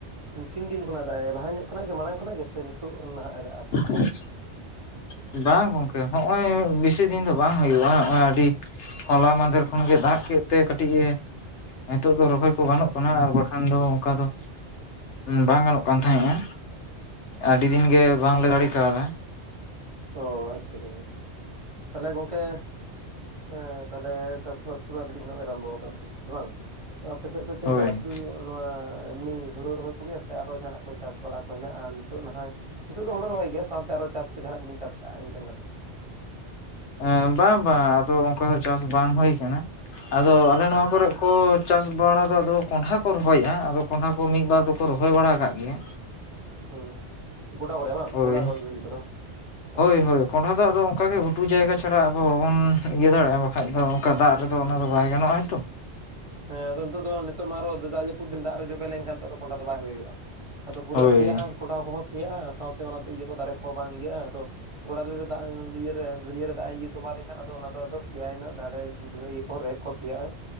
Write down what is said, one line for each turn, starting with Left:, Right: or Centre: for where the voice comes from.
Right: ᱛᱤᱱ ᱫᱤᱱ ᱠᱷᱚᱱᱟᱜ ᱫᱟᱜᱼᱮ ᱞᱟᱦᱟ ᱧᱚᱜ ᱠᱷᱚᱱᱟᱜ ᱜᱮ ᱢᱟᱲᱟᱝ ᱠᱷᱚᱱᱟᱜ ᱜᱮ ᱥᱮ ᱱᱤᱛᱚᱜ ᱱᱟᱦᱟᱜ ᱮ ᱫᱟᱜ ᱠᱟ?
Left: <inaudible> ᱵᱟᱝ ᱜᱚᱝᱠᱮ ᱦᱚᱸᱜᱼᱚᱭ ᱵᱮᱥᱤ ᱫᱤᱱ ᱫᱚ ᱵᱟᱝ ᱦᱩᱭᱩᱜᱼᱟ ᱦᱚᱸᱜᱼᱚᱭ ᱟᱹᱰᱤ ᱦᱚᱞᱟ ᱢᱟᱸᱦᱫᱮᱨ ᱠᱷᱚᱱ ᱜᱮ ᱫᱟᱜ ᱠᱮᱫ ᱛᱮ ᱠᱟᱹᱴᱤᱡᱼᱮ ᱱᱤᱛᱚᱜ ᱫᱚ ᱨᱚᱦᱚᱭ ᱠᱚ ᱜᱟᱱᱚᱜ ᱠᱟᱱᱟ, ᱟᱨ ᱵᱟᱠᱷᱟᱱ ᱫᱚ ᱚᱱᱠᱟ ᱫᱚ ᱵᱟᱝ ᱜᱟᱱᱚᱜ
Right: ᱦᱳᱭ
Left: ᱠᱟᱱ ᱛᱟᱦᱮᱸᱫᱼᱮ ᱟᱹᱰᱤ ᱫᱤᱱ ᱜᱮ ᱵᱟᱝ ᱞᱮ ᱫᱟᱲᱮ ᱠᱟᱣᱫᱟ᱾
Right: ᱚᱸ ᱟᱪᱪᱷᱟ ᱪᱷᱟ ᱪᱷᱟ, ᱛᱟᱦᱞᱮ ᱜᱚᱝᱠᱮ ᱮᱸ ᱛᱟᱦᱞᱮ ᱪᱟᱥᱵᱟᱥ ᱠᱚᱫᱚ ᱟᱹᱰᱤ ᱫᱤᱱ ᱠᱷᱚᱱᱟᱜ ᱯᱮ ᱟᱨᱚᱢᱵᱚ ᱟᱠᱟᱫᱟ ᱛᱤᱥ ᱦᱮ ᱵᱟᱝ ᱟᱯᱮᱥᱮᱫ ᱫᱚ ᱪᱮᱫ
Left: ᱦᱳᱭ
Right: ᱞᱮᱠᱟ ᱥᱩᱫᱩ ᱱᱚᱣᱟ ᱮᱢᱱᱤ ᱦᱩᱲᱩ ᱨᱚᱦᱚᱭ ᱠᱚᱜᱮ ᱥᱮ ᱟᱨᱚ ᱡᱟᱦᱟᱱᱟᱜᱽ ᱠᱚ ᱪᱟᱥ ᱵᱟᱲᱟ ᱠᱚ ᱦᱮᱱᱟᱜᱼᱟ ᱱᱤᱛᱚᱜ ᱱᱟᱦᱚᱭ ᱱᱤᱛᱚᱜ ᱫᱚ ᱦᱳᱲᱳ ᱨᱚᱦᱚᱭ ᱜᱮ ᱥᱟᱶᱛᱮ ᱟᱨᱚ ᱪᱟᱥ ᱠᱚ ᱡᱟᱦᱟᱱᱟᱜ ᱠᱚᱵᱤᱱ ᱪᱟᱥ ᱠᱟᱜᱼᱟ ᱤᱱᱠᱟᱹ ᱠᱟ
Left: ᱮᱸ ᱵᱟᱝ ᱵᱟᱝ ᱟᱫᱚ ᱚᱱᱠᱟ ᱫᱚ ᱪᱟᱥ ᱵᱟᱝ ᱦᱩᱭ ᱠᱟᱱᱟ ᱟᱫᱚ ᱟᱞᱮ ᱱᱚᱣᱟ ᱠᱚᱨᱮᱜ ᱠᱚ ᱪᱟᱥ ᱵᱟᱲᱟ ᱫᱚ ᱟᱫᱚ ᱠᱚᱸᱰᱷᱟ ᱠᱚ ᱨᱚᱦᱚᱭᱮᱜᱼᱟ ᱟᱫᱚ ᱠᱚᱸᱰᱷᱟ ᱠᱚ ᱢᱤᱫ ᱵᱟᱨ ᱫᱚᱠᱚ ᱨᱚᱦᱚᱭ ᱵᱟᱲᱟ ᱠᱟᱫ ᱜᱮᱭᱟ,
Right: ᱦᱩᱸ ᱜᱚᱰᱟ ᱠᱚᱨᱮ ᱦᱮ ᱵᱟᱝ
Left: ᱦᱳᱭ
Right: ᱜᱚᱰᱟ ᱠᱚ <unintelligible>
Left: ᱦᱳᱭ
Right: ᱟᱪᱪᱷᱟ ᱟᱪᱪᱷᱟ᱾
Left: ᱦᱳᱭ ᱠᱚᱸᱰᱷᱟ ᱫᱚ ᱟᱫᱚ ᱚᱝᱠᱟ ᱜᱮ ᱜᱷᱩᱴᱩ ᱡᱟᱭᱜᱟ ᱪᱷᱟᱲᱟ ᱟᱵᱚ ᱵᱟᱵᱚᱱ ᱤᱭᱟᱹ ᱫᱟᱲᱮᱜᱼᱟ᱾ ᱵᱟᱠᱷᱟᱡᱽ ᱫᱚ ᱚᱱᱠᱟ ᱫᱟᱜᱽ
Right: ᱦᱩᱸ
Left: ᱨᱮᱫᱚ ᱚᱱᱟᱫᱚ ᱵᱟᱭ ᱜᱟᱱᱚᱜᱼᱟᱭ ᱛᱚ᱾
Right: ᱦᱮᱸ ᱟᱫᱚ ᱱᱤᱛᱚᱜ ᱫᱚ ᱱᱤᱛᱚᱜ ᱢᱟ ᱟᱨᱚ ᱫᱟᱜ ᱡᱟᱹᱯᱩ ᱫᱤᱱ ᱫᱟᱜ ᱨᱮ ᱡᱚᱵᱮ ᱞᱮᱱᱠᱷᱟᱱ ᱫᱚ ᱠᱚᱸᱦᱰᱟ ᱫᱚ ᱵᱟᱭ ᱦᱩᱭᱩᱜᱼᱟ᱾ ᱟᱫᱚ ᱯᱩᱨᱟᱹ
Left: ᱦᱳᱭ
Right: ᱥᱮᱭᱟᱜᱼᱟ ᱠᱚᱸᱰᱷᱟ ᱠᱚᱦᱚᱸ ᱥᱮᱭᱟᱜᱼᱟ ᱥᱟᱶᱛᱮ ᱚᱱᱟ ᱤᱭᱟᱹ ᱠᱚ ᱫᱟᱨᱮ ᱠᱚᱦᱚᱸ ᱵᱟᱝ ᱤᱭᱟᱹᱜᱼᱟ, ᱟᱫᱚ ᱜᱳᱰᱟ ᱨᱮ ᱫᱟᱜ ᱤᱭᱟᱹ ᱨᱮ ᱜᱟᱹᱰᱭᱟᱹ ᱨᱮ ᱫᱟᱜ ᱮᱸ ᱤᱭᱟᱹ ᱛᱚᱸᱵᱟ ᱞᱮᱱᱠᱷᱟᱱ ᱟᱫᱚ ᱚᱱᱟᱫᱚ ᱟᱫᱚ ᱥᱮᱭᱟᱭᱮᱱᱟ ᱫᱟᱨᱮ ᱤᱭᱟᱹ ᱠᱚᱸᱦᱚᱸ ᱨᱮᱦᱮᱫ ᱠᱚ ᱥᱤᱭᱟᱜᱼᱟ